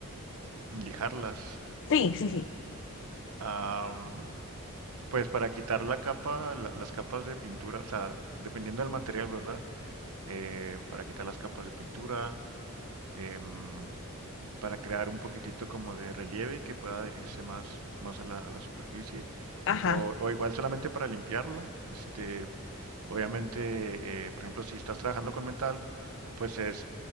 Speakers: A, on the right; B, on the left.
A: lijarlas.
B: Sí, sí, sí.
A: Am, pues para quitar la capa, la- las capas de pintura, o sea, dependiendo del material, ¿verdad? Eh, para quitar las capas de pintura, em, para crear un poquitito como de relieve y que pueda adherirse más, más a la, a la superficie.
B: Ajá.
A: O, o igual solamente para limpiarla, este, Obviamente, eh, por ejemplo, si estás trabajando con metal, pues es,